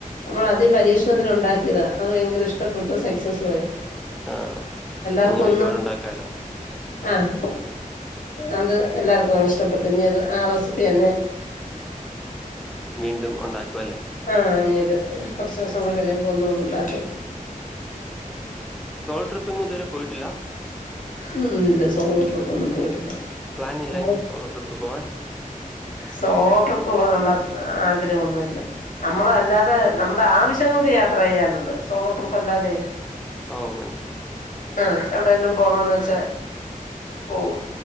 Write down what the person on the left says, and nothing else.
നമ്മളാദ്യ പരീക്ഷണത്തിന് ഉണ്ടാക്കിയതാ, അത് ഭയങ്കര ഇഷ്ടപ്പെട്ടു സക്സസ്സു ആയി
എല്ലാർക്കും
ഒന്ന് ആഹ് അത് എല്ലാർക്കും അങ്ങ് ഇഷ്ടപ്പെട്ടു ഇനി അത് ആ റെസിപ്പി തന്നെ
ആഹ് ഞ്ഞൊര് കൊർച്ച് ദിവസം കൂടെ കഴിയുമ്പോ ഒന്നൂടെണ്ടാക്കും
ഉം ഇല്ല സോളോ ട്രിപ്പൊന്നും പോയിട്ടില്ല.
നമ്മള്
സോളോ ട്രിപ്പ് പോകാനുള്ള ആഗ്രഹൊന്നുല്ല നമ്മളല്ലാതെ നമ്മുടെ ആവശ്യങ്ങൾക്ക് യാത്ര ചെയ്യാനുണ്ട് സോളോ ട്രിപ്പല്ലാതെ
ആഹ് എവിടേലും പോണോന്ന് വെച്ചാ പോവും